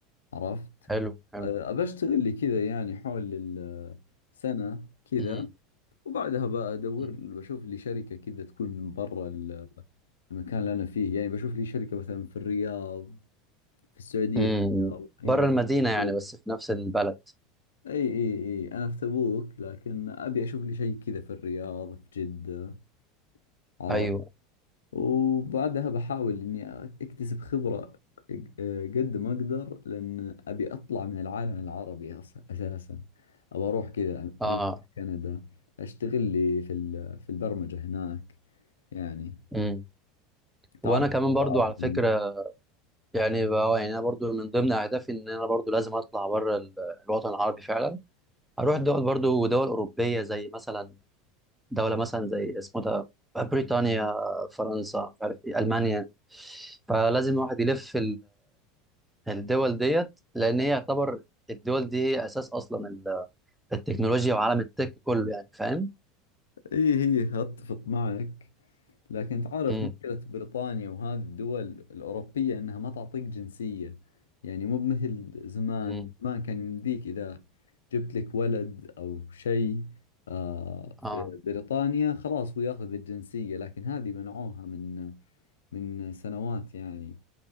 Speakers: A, on the left (about 80°); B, in the centre.
A: عرفت
B: حلو حلو
A: أه، ابى اشتغل لي كذا يعني حول السنة كذا
B: مم.
A: وبعدها بدور
B: مم.
A: بشوف لي شركة كذا تكون برا ال- المكان اللي انا فيه يعني بشوف لي شركة مثلا في الرياض في السعودية
B: امم
A: في الرياض
B: بره
A: اي
B: المدينة
A: تبوك
B: يعني بس في نفس البلد
A: اي اي اي انا في تبوك لكن ابي اشوف لي شيء كذا في الرياض في جدة عرفت
B: ايوه
A: وبعدها بحاول إني أكتسب خبرة آه، قد ما أقدر لأن أبي أطلع من العالم العربي أص- أساسا أبى أروح كذا
B: اه
A: من كندا أشتغل لي في ال- في البرمجة هناك يعني
B: امم وانا
A: تعرف
B: كمان
A: وضع
B: برضو
A: عزمي
B: على فكرة يعني بقى يعني انا برضو من ضمن اهدافي ان انا برضو لازم اطلع بره ال- الوطن العربي فعلا اروح دول برضو دول اوروبية زي مثلا دولة مثلا زي اسمه ده بريطانيا فرنسا مش عارف ايه المانيا فلازم الواحد يلف الدول ديت لان هي يعتبر الدول دي هي اساس اصلا ال- التكنولوجيا وعالم التك كله يعني فاهم
A: إيه إيه أتفق معك لكن تعرف
B: امم
A: مشكلة بريطانيا وهذه الدول الأوروبية إنها ما تعطيك جنسية يعني مو مثل زمان
B: امم
A: زمان كان يمديك إذا جبت لك ولد أو شيء آه،
B: اه
A: في بريطانيا خلاص هو ياخذ الجنسية لكن هذه منعوها من من سنوات يعني